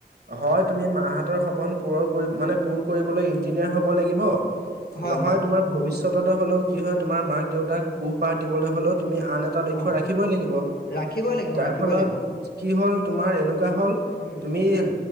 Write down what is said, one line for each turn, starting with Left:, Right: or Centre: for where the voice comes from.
Right: হয় তুমি মাহাত সপন পূৰণ মানে পূৰ কৰিবলৈ ইঞ্জিনিয়াৰ হ'ব লাগিব
Left: হয়
Right: নহয়
Left: হয়
Right: তোমাৰ ভিতচ ত হ'লেও কি হয় তোমাৰ মাক দেউতাক পোহপাৰ দিবলৈ হ'লেও তুমি আন এটা লক্ষয়
Left: অঁ
Right: ৰাখিবই লাগিব।
Left: ৰাখিবই লাগিব
Right: যাৰ
Left: ৰাখিবই
Right: ফলত
Left: লাগিব
Right: কি হ'ল তোমাৰ এনেকুৱা হ'ল
Left: উম,
Right: তুমি
Left: উম,